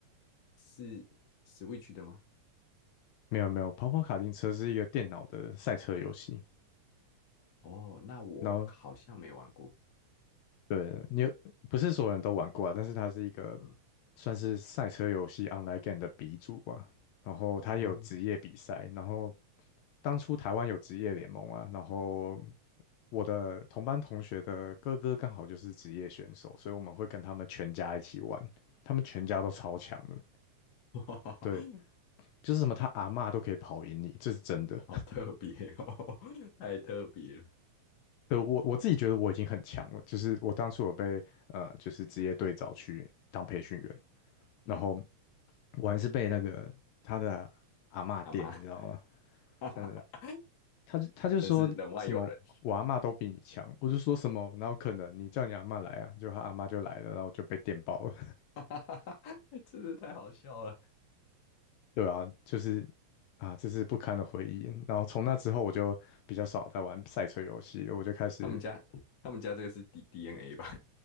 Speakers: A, on the left (about 60°); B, on the left (about 75°).
A: 是 Switch 的吗？
B: 没有没有，跑跑卡丁车是一个电脑的赛车游戏，
A: 哦，那我好像没玩过。
B: 然后对你有不是所有人都玩过啊，但是它是一个
A: 嗯
B: 算是赛车游戏 online game 的鼻祖吧。然后它也有职业比赛，
A: 嗯，
B: 然后当初台湾有职业联盟啊，然后我的同班同学的哥哥刚好就是职业选手，所以我们会跟他们全家一起玩，他们全家都超强的，
A: <laughs> 哇
B: 对，就是什么他阿嬷都可以跑赢你，这是真的。
A: 好特别哦，<laughs> 太特别了。
B: 对，我我自己觉得我已经很强了，就是我当初我被呃，就是职业队找去当培训员，
A: 嗯嗯，
B: 然后我还是被那个他的阿嬷电，
A: 阿妈，
B: 你知道吗？
A: <laughs>
B: 真的，他就他就说什么我阿嬷都比你强，
A: 真是人外有人。
B: 我就说什么哪有可能？你叫你阿嬷来啊，就他阿嬷就来了，然后我就被电爆了。
A: <laughs> 哈哈哈哈，<laughs> 真的太好笑了。
B: <laughs> 对啊，就是啊，这是不堪的回忆。然后从那之后我就比较少在玩赛车游戏了我就开始。
A: 他们家，他们家这个是 D DNA 吧？